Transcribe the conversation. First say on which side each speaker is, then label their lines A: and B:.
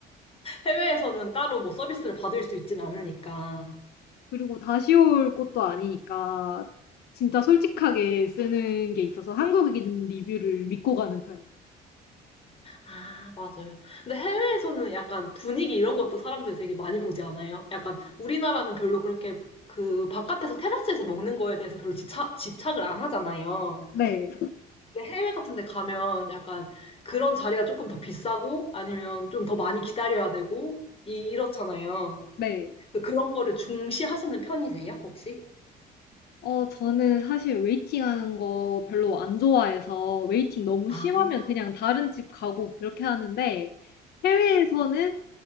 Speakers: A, on the left (about 35°); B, on the left (about 70°).
A: 해외에서는 따로 뭐 서비스를 받을 수 있진 않으니까.
B: 그리고 다시 올 것도 아니니까 진짜 솔직하게 쓰는 게 있어서 한국인 리뷰를 믿고 가는 편입니다.
A: 아, 맞아요. 근데 해외에서는 약간 분위기 이런 것도 사람들 되게 많이 보지 않아요? 약간 우리나라는 별로 그렇게 그 바깥에서 테라스에서 먹는 거에 대해서 별로 집착, 집착을 안 하잖아요.
B: 네,
A: 근데 해외 같은 데 가면 약간 그런 자리가 조금 더 비싸고 아니면 좀 더 많이 기다려야 되고 이- 이렇잖아요.
B: 네.
A: 그래서 그런 거를 중시하시는 편이세요, 혹시?
B: 어, 저는 사실 웨이팅하는 거 별로 안 좋아해서 웨이팅 너무
A: 아,
B: 심하면 그냥 다른 집 가고 그렇게 하는데 해외에서는